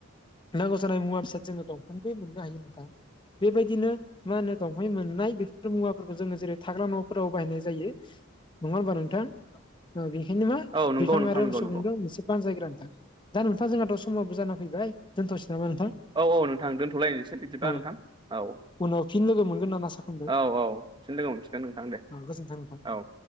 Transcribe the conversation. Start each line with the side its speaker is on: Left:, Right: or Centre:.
Left: नांगौ जानाय मुवा बेसाद जोङो दंफांनिखौ मोननो हायो नोंथां। बेबायदिनो मा होनो दंफाय मोननाय बेफोर मुवाफोरखौ जोङो जेरै थाग्रा न'फोराव बाहायनाय जायो नङा होनबा नोंथां? औ बेनिखायनो मा
Right: औ नंगौ
Left: बिफां
Right: नोंथां
Left: आरो
Right: नंगौ
Left: मोसौनोबो
Right: नंगौ
Left: मोनसे बानजायग्रा नोंथां। दा नोंथां जोंहाथ' समाबो जाना फैबाय दोनथ'सै नामा नोंथां?
Right: औ औ नोंथां दोनथ'लायनोसै बिदिबा
Left: औ
Right: नोंथां औ।
Left: उनाव फिन लोगो मोनगोन होननानै आसा खालामबाय
Right: औ औ फिन लोगो मोनफिनगोन नोंथां दे
Left: गोजोन्थों नोंथां।
Right: औ।